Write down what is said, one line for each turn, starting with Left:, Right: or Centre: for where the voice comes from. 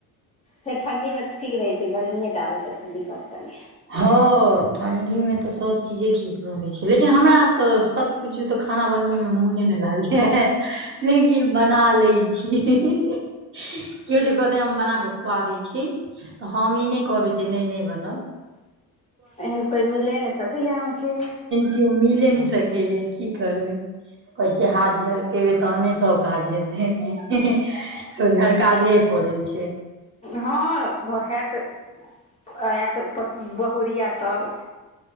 Left: फेर ठण्डी मे तै ठीक रहय छै, गर्मीए टा में आबै तऽ छै दिक्कत कनि
Right: हां ठण्डी मे तै सब चीजे ठीक रहय छै लेकिन हमरा तऽ सत्य पुछयौ तऽ खाना बनबे में मुने नै लागय यै लेकिन बना लै छी। कियो जे कहते हम बना के खुआ दै छी तऽ हम ई नै कहबै जे नै-नै बनाव।
Left: एहेन कोय मिले नै सकय यै अहाँके।
Right: कियो मिलै नै सकय यै की करबे कहय छै हाथ झरकेबै तहने सब काज हेतय। तऽ झड़काहे पड़य छै।
Left: हां भ हेत ऐत पर बहुरिया पर